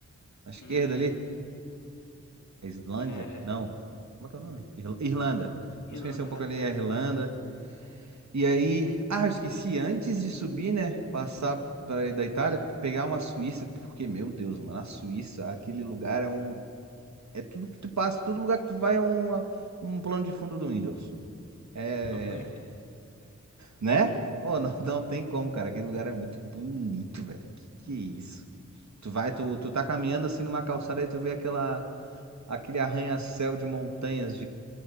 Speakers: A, on the right; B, on the left.
A: À esquerda
B: Hum,
A: ali? A Islândia?
B: cara,
A: Não. Como é que é o nome? Irl- Irlanda. Talvez
B: Irlanda,
A: conhecer um pouco
B: ah
A: ali
B: tá,
A: a Irlanda. E aí, ah, eu esqueci, antes de subir, né, passar pra, da Itália, pegar uma Suíça, porque, meu Deus, mano, a Suíça, aquele lugar é um, é tudo que tu passa, todo lugar que tu vai é uma, um plano de fundo do Windows, é,
B: <laughs> favorito.
A: né? Ô, não, <laughs> não tem como, cara, aquele lugar é muito bonito, velho, que que é isso? Tu vai, tu, tu tá caminhando assim numa calçada e tu vê aquela, aquele arranha-céu de montanhas